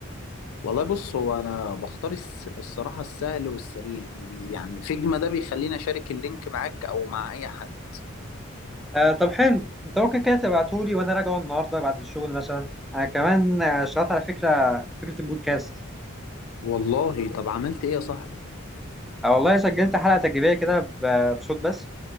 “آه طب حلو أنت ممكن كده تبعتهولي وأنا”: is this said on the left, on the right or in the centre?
Centre